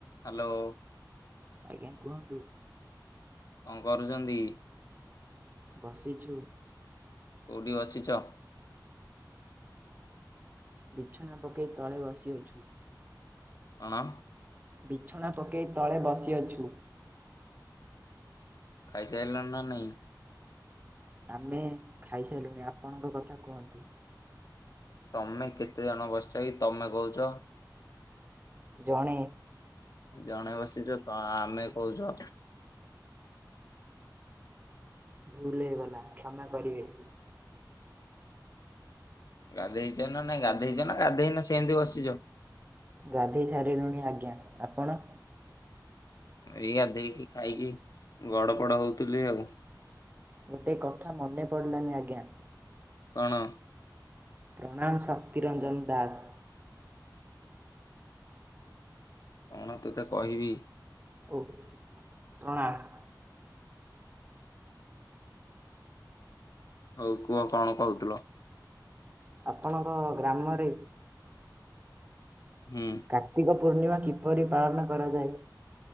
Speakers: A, on the left (about 55°); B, on the right (about 25°).
A: Hello.
B: ଆଜ୍ଞା କୁହନ୍ତୁ।
A: କଣ କରୁଛନ୍ତି?
B: ବସିଛୁ।
A: କୋଉଠି ବସିଚ?
B: ବିଛଣା ପକେଇ ତଳେ ବସିଅଛୁ।
A: କଣ?
B: ବିଛଣା ପକେଇ ତଳେ ବସିଅଛୁ।
A: ଖାଇସାଇଲନି ନା ନାଇଁ?
B: ଆମେ ଖାଇସାଇଲୁଣି ଆପଣଙ୍କ କଥା କୁହନ୍ତୁ?
A: ତମେ କେତେ ଜଣ ବସିଛ କି ତମେ କହୁଛ।
B: ଜଣେ।
A: ଜଣେ ବସିଛ ତ ଆମେ କହୁଛ।
B: ଭୁଲ ହେଇଗଲା କ୍ଷମା କରିବେ।
A: ଗାଧେଇଛ ନା ନାଇ ଗାଧେଇଛ ନା ଗାଧେଇନ ସେମିତି ବସିଛ।
B: ଗାଧେଇ ସାରି ଲୁଣି ଆଜ୍ଞା, ଆପଣ?
A: ଏଇଗାଧେଇ କି ଖାଇକି ଗଡ ପଡ ହଉଥିଲି ଆଉ।
B: ଗୋଟେ କଥା ମନେ ପଡ଼ିଲାନି ଆଜ୍ଞା।
A: କଣ?
B: ପ୍ରଣାମ ଶକ୍ତିରଞ୍ଜନ ଦାସ।
A: କଣ ତତେ କହିବି।
B: ଓ ପ୍ରଣାମ।
A: ହୋଉ କୁହ କଣ କହୁଥିଲ।
B: ଆପଣଙ୍କ ଗ୍ରାମରେ
A: ହୁଁ।
B: କାର୍ତ୍ତିକ ପୂର୍ଣ୍ଣିମା କିପରି ପାଳନ କରାଯାଏ?